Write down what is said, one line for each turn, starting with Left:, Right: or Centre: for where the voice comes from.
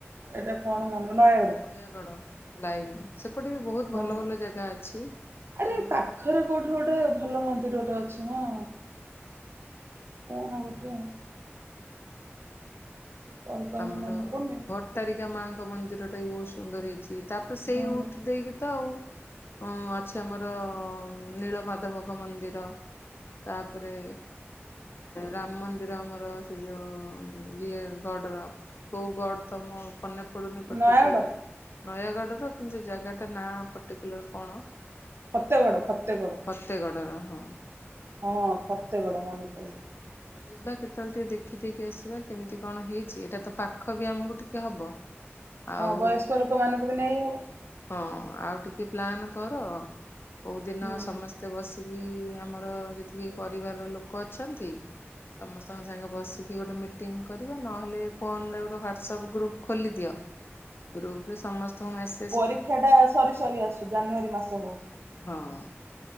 Right: ଏଇଟା କଣ ମନେ ନୟାଗଡ
Left: ନୟାଗଡ଼ ଲାଇନ ସେପଟେ ବି ବହୁତ
Right: ହଁ
Left: ଭଲ ଭଲ ଜାଗା ଅଛି
Right: ଆରେ
Left: ମୁଁ
Right: ପାଖରେ କୋଉଠୁ ଗୋଟେ ଭଲ ମନ୍ଦିର ଗଟେ ଅଛି ମ କଣ ଗୋଟେ? କହିପାରୁନି
Left: ଆମର
Right: ମନେ ପଡୁନି
Left: ଭଟ ଭଟାରିକା ମାଙ୍କ ମନ୍ଦିର ଟା ବି ବହୁତ ସୁନ୍ଦର ହେଇଛି, ତାପରେ ସେଇ
Right: ହଁ
Left: ରୁଟ ଦେଇକି ତ ଆଉ। ହଁ, ଅଛି ଆମର ନୀଳ ମାଧବଙ୍କ ମନ୍ଦିର, ତାପରେ ରାମ ମନ୍ଦିର ଆମର ସେ ଯୋଉ ଇଏ ଗଡ଼ର, କୋଉ ଗଡ଼ ତ ମୋ ମନେ ପଡ଼ୁନି ପର୍ଟକୁଲାର।
Right: ନୟାଗଡ
Left: ନୟାଗଡ଼ର କିନ୍ତୁ ସେ ଜାଗାଟା ନାଁ ପର୍ଟିକୁଲାର କଣ
Right: ଫତେଗଡ
Left: <unintelligible>
Right: ଫତେଗଡ
Left: ଫତେଗଡ଼ର, ହଁ।
Right: ହଁ, ଫତେଗଡ ମନେ ପଡ଼ିଲା।
Left: ଯିବା କେତେବେଳେ ଟିକେ ଦେଖିଦେଇକି ଆସିବା କେମିତି କଣ ହେଇଛି, ଏଇଟା ତ ପାଖ ବି ଆମକୁ ଟିକେ ହବ। ଆଉ
Right: ହଁ, ବୟସ୍କ ଲୋକମାନଙ୍କୁ ବି ନେଇ ହବ।
Left: ହଁ, ଆଉ ଟିକେ ପ୍ଲାନ୍ କର କୋଉ ଦିନ
Right: ହୁଁ
Left: ସମସ୍ତେ ତେ ବସିକି ଆମର ଯେତିକି ପରିବାରର ଲୋକ ଅଛନ୍ତି ସମସ୍ତଙ୍କ ସାଙ୍ଗେ ବସିକି ଗୋଟେ ମିଟିଙ୍ଗ କରିବେ, ନହେଲେ ଫୋନ ରେ ଗୋଟେ ହ୍ଵାଟସଆପ୍ ଗ୍ରୁପ ଖୋଲିଦିଅ। ଗ୍ରୁପ ରେ ସମସ୍ତଙ୍କୁ ମେସ୍
Right: ପରୀକ୍ଷା ଟା ସରି ସରି ଆସୁ, ଜାନୁଆରୀ ମାସ ହଉ।
Left: ହଁ।